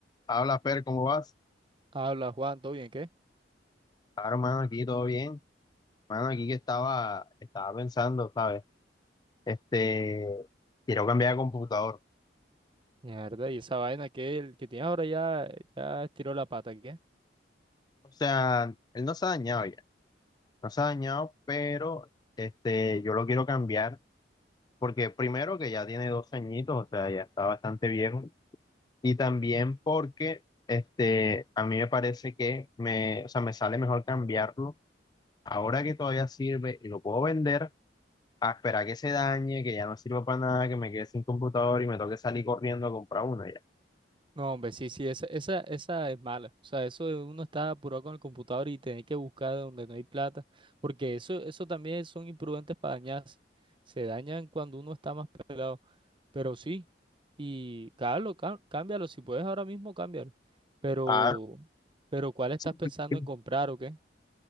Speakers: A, on the left (about 25°); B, on the right (about 30°).
A: Habla, Fer, ¿cómo vas?
B: Habla Juan, ¿todo bien? ¿Qué?
A: Claro, mano, aquí todo bien. Mano, aquí que estaba, estaba pensando, ¿sabes? Este, quiero cambiar de computador.
B: Mierda, y esa vaina que el que tiene ahora ya, ya estiró la pata, ¿qué?
A: O sea, él no se ha dañado ya, no se ha dañado, pero este, yo lo quiero cambiar porque primero que ya tiene dos añitos, o sea, ya está bastante viejo. Y también porque este, a mí me parece que me, o sea, me sale mejor cambiarlo ahora que todavía sirve y lo puedo vender a esperar que se dañe, que ya no sirva para nada, que me quede sin computador y me toque salir corriendo a comprar uno ya.
B: No, hombre, sí, sí, esa, esa, esa es mala. O sea, eso de uno está apurado con el computador y tener que buscar donde no hay plata. Porque eso, eso también son imprudentes para dañarse. Se dañan cuando uno está más pelado. Pero sí, y cámbialo, cá- cámbialo. Si puedes ahora mismo, cámbialo. Pero,
A: Ah,
B: pero ¿cuál estás
A: sí,
B: pensando
A: porque-
B: en comprar o qué?